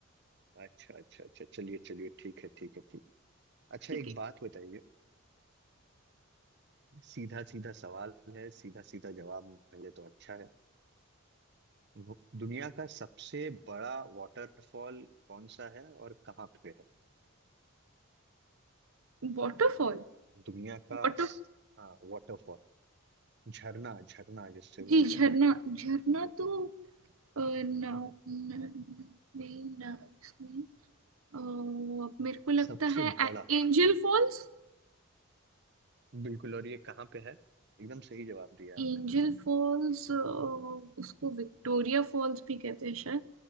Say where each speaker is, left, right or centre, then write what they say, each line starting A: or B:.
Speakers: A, on the right; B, on the right.
A: अच्छा अच्छा अच्छा चलिए चलिए ठीक है ठीक है ठीक अच्छा
B: ठीक
A: एक बात बताइए सीधा सीधा सवाल है सीधा सीधा जवाब मिले तो अच्छा है वो- दुनिया का सबसे बड़ा वाटरफॉल कौन सा है और कहाँ पे है
B: है वाटरफॉल
A: दुनिया का
B: वाटर
A: स- हाँ वाटरफॉल झरना झरना जिससे बोलते
B: जी झरना
A: हैं
B: झरना तो अ, ना, ना, ना, नहीं ना इसमें अ, मेरे को लगता
A: सबसे
B: है
A: बड़ा
B: एंजल फॉल्स
A: बिल्कुल और ये कहाँ पे है एकदम सही जवाब दिया आपने
B: एंजल फॉल्स उसको विक्टोरिया फॉल्स भी कहते हैं शायद